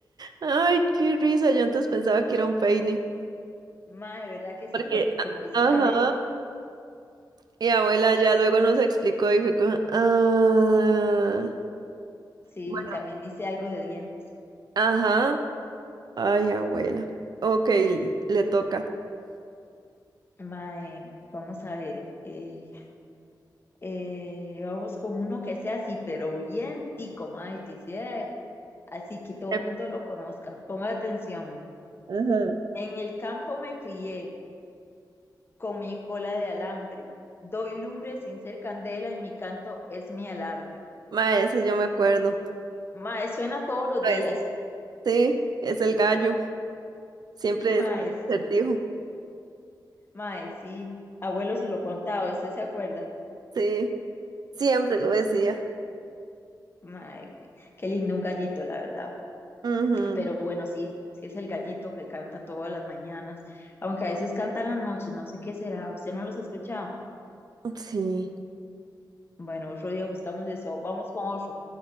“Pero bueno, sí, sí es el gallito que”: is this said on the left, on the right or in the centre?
Left